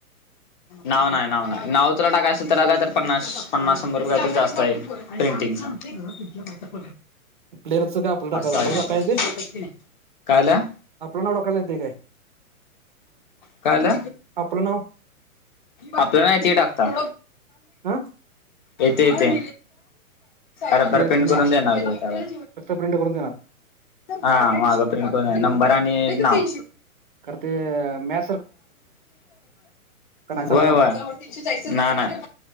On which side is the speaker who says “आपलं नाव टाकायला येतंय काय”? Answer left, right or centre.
Right